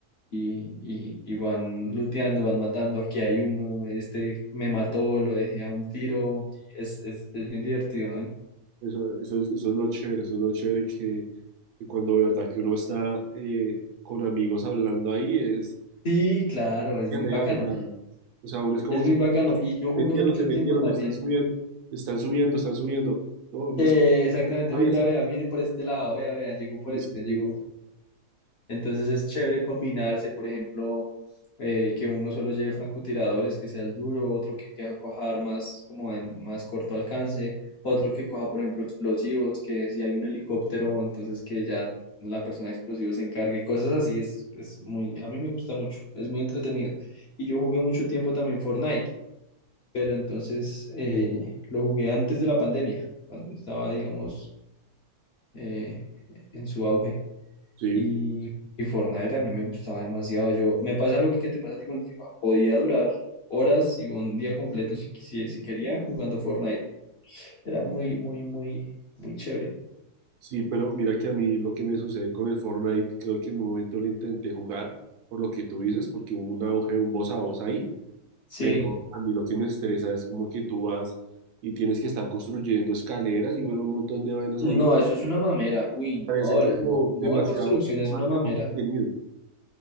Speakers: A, on the left (about 55°); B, on the right (about 80°).
A: y, y, y van looteando, van matando, aquí hay uno, este me mató, lo dejé a un tiro, es, es, es bien divertido. ¿eh?
B: Eso, eso es, eso es lo chévere, eso es lo chévere que, que cuando de verdad que uno está eh, con amigos hablando ahí es,
A: Sí, claro, es
B: que
A: muy
B: es real,
A: bacano,
B: o sea, o sea, uno es como
A: es
B: que
A: muy bacano y yo jugué
B: metieron,
A: mucho
B: se metieron,
A: tiempo también.
B: están subiendo, están subiendo, están subiendo, no, me
A: Eh,
B: escucha
A: exactamente, uy,
B: esto.
A: vea, vea, viene por este lado, vea, vea, llegó por
B: Sí,
A: este,
B: sí, sí,
A: llegó.
B: sí.
A: Entonces es chévere combinarse, por ejemplo, eh, que uno solo lleve francotiradores, que sea el duro, otro que, que coja armas como de más corto alcance, otro que coja, por ejemplo, explosivos, que si hay un helicóptero, entonces que ya la persona de explosivos se encargue, cosas así, es, es muy, a mí me gusta mucho, es muy entretenido. Y yo jugué mucho tiempo también Fortnite, pero entonces eh, lo jugué antes de la pandemia, cuando estaba, digamos, eh, en su auge.
B: Sí,
A: Y, y Fortnite a mí me gustaba demasiado. Yo, me pasa lo que te pasa a ti con el FIFA. Podía durar horas y un día completo si, quisi- si quería jugando Fortnite. Era muy, muy, muy, muy chévere.
B: sí, pero mira que a mí lo que me sucede con el Fortnite, creo que en un momento lo intenté jugar por lo que tú dices, porque hubo un auge, un voz a voz ahí,
A: Sí.
B: Pero a mí lo que me estresa es como que tú vas y tienes que estar construyendo escaleras y bueno, un montón de vainas
A: No,
B: ahí.
A: eso es una mamera. Uy,
B: Me parece
A: no,
B: como
A: el mo- modo
B: demasiado,
A: de construcción es
B: demasiado
A: una mamera.
B: contenido.